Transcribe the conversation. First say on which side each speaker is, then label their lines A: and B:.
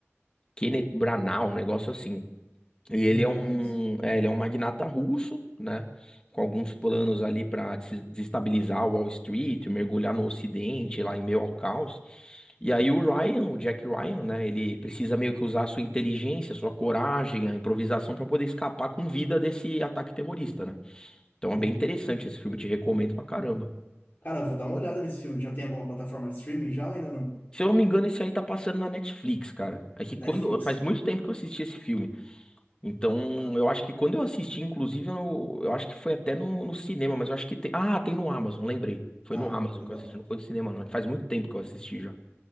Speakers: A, on the left (about 20°); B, on the left (about 45°).
A: Kenneth Branagh, um negócio assim. E ele
B: não
A: é
B: conheço.
A: um, é, ele é um magnata russo, né? Com alguns planos ali para desestabilizar o Wall Street, mergulhar no Ocidente, lá em meio ao caos. E aí o Ryan, o Jack Ryan, né? Ele precisa meio que usar a sua inteligência, a sua coragem, a improvisação para poder escapar com vida desse ataque terrorista, né? Então é
B: Aham.
A: bem interessante esse filme, te recomendo pra caramba.
B: Cara, eu vou dar uma olhada nesse filme. Já tem alguma plataforma de streaming já ou ainda não?
A: Se eu não me engano, esse aí tá passando na Netflix, cara. É que
B: Netflix,
A: quando. Faz muito tempo que eu assisti esse filme. Então,
B: tá?
A: eu acho que quando eu assisti, inclusive, eu, eu acho que foi até no, no cinema, mas eu acho que tem. Ah, tem no Amazon, lembrei. Foi
B: Na
A: no
B: Amazon,
A: Amazon
B: legal.
A: que eu assisti, não foi no cinema, não. É que faz muito tempo que eu assisti já.